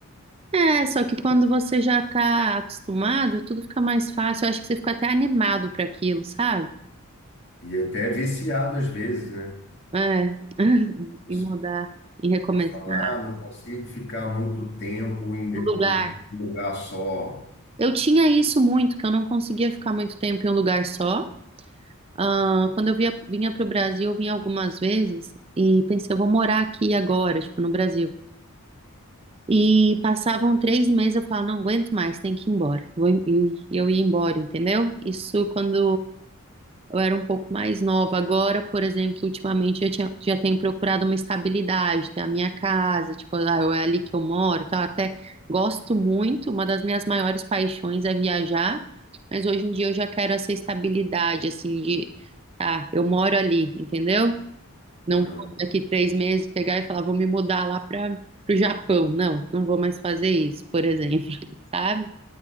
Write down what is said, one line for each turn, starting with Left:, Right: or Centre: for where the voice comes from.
Right: É, só que quando você já tá acostumado, tudo fica mais fácil. Eu acho que você fica até animado para aquilo, sabe?
Left: E até é viciado às vezes, né?
Right: É, <laughs>
Left: Você
Right: em mudar, e recomeçar,
Left: fala, ah, não consigo ficar muito tempo em, de-
Right: um lugar.
Left: em um lugar só.
Right: Eu tinha isso muito, que eu não conseguia ficar muito tempo em um lugar só. Ah, quando eu via, vinha pro Brasil, eu vinha algumas vezes e pensei, eu vou morar aqui agora, tipo, no Brasil. E passavam três meses, eu falava, não aguento mais, tem que ir embora. Vou, e eu ia embora, entendeu? Isso quando eu era um pouco mais nova. Agora, por exemplo, ultimamente eu tinha, já tenho procurado uma estabilidade, ter a minha casa, tipo, ah, eu- é ali que eu moro, tal. Até gosto muito, uma das minhas maiores paixões é viajar, mas hoje em dia eu já quero essa estabilidade, assim, de, ah, eu moro ali, entendeu? Não
Left: Uhum,
Right: vou daqui três meses pegar e falar, vou me mudar lá para o Japão. Não, não vou mais fazer isso, por exemplo, <laughs> sabe?